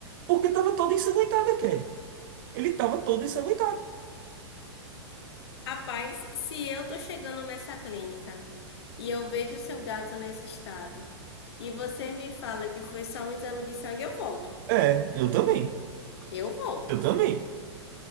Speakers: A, on the right (about 45°); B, on the left (about 60°).
A: Porque tava toda ensanguentada, Ele tava todo ensanguentado.
B: Rapaz, se eu tô chegando nessa clínica e eu vejo o seu gato nesse estado e você me fala que foi só um exame de sangue, eu volto.
A: É, eu também.
B: Eu volto.
A: Eu também.